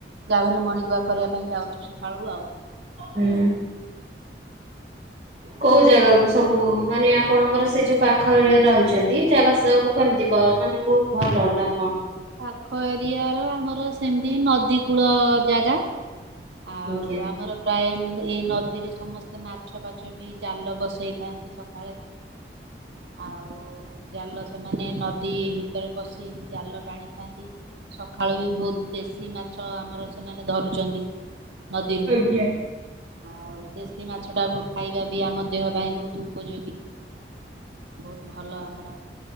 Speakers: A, on the right; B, on the right.
A: ଯାବି ହେଲେ ମର୍ଣ୍ଣିଙ୍ଗ ୱାର୍କ କରିବା ପାଇଁ ଯାଉଛୁ ସକାଳୁ ଆଉ
B: ହୁଁ। କୋଉ ଜାଗାକୁ ସବୁ ମାନେ ଆପଣଙ୍କର ସେ ଯୋଉ ପାଖ ଏରିଆ ରେ ରହିଛନ୍ତି ସେ ଜାଗା ସେବୁ କେମିତିଆ? ବାଳ ମାନେ ବହୁତ ଭଲ ନା କଣ?
A: ପାଖ ଏରିଆ ର ଆମର ସେମିତି ନଦୀ କୂଳ ଜାଗା ଆଉ
B: ଆଜ୍ଞା।
A: ଆମର ପ୍ରାୟେ ହୁଁ ଏଇ ନଦୀରେ ସମସ୍ତେ ମାଛ ଫାଛ ବି ଜାଲ ବସେଇଥାନ୍ତି ସଖାଳେ। ଆଉ ଜାଲ ସେମାନେ ନଦୀ ଭିତରେ ପଶି ଜାଲ ଟାଣିଥାନ୍ତି ସଖାଳୁ ବି ଭୋଉତ୍ ଦେଶୀ ମାଛ ଆମର ସେମାନେ ଧରୁଚନ୍ତି ନଦୀରୁ
B: ଆଜ୍ଞା।
A: ଆଉ ଦେଶୀ ମାଛଟାବୁ ଖାଇବା ବି ଆମ ଦେହ ପାଇଁ ଭୋଉତୁ ଉପଯୋଗୀ ଭୌତ୍ ଭଲ ଆମ